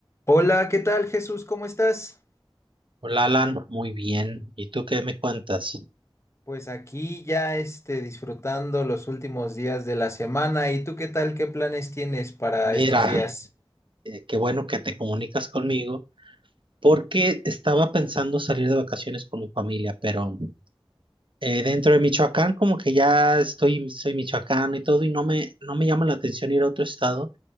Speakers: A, on the left; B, on the right.
A: Hola, ¿qué tal Jesús? ¿Cómo estás?
B: Hola Alan, muy bien. ¿Y tú qué me cuentas?
A: Pues aquí ya este, disfrutando los últimos días de la semana. ¿Y tú qué tal? ¿Qué planes tienes para
B: Mira,
A: estos días?
B: eh, qué bueno que te comunicas conmigo porque estaba pensando salir de vacaciones con mi familia, pero eh, dentro de Michoacán como que ya estoy, soy michoacano y todo y no me, no me llama la atención ir a otro estado,